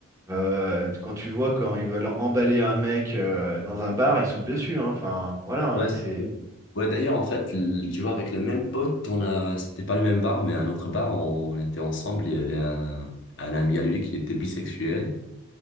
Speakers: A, on the right (about 15°); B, on the left (about 60°).
A: euh, quand tu vois quand ils veulent emballer un mec euh, dans un bar, ils sautent dessus. hein. Enfin, voilà, hein,
B: Ouais, c'est
A: c'est
B: cool. Ouais, d'ailleurs, en fait, l- tu vois, avec le même pote, on a, c'était pas le même bar, mais un autre bar, on était ensemble, il y avait un, un ami à lui qui était bisexuel,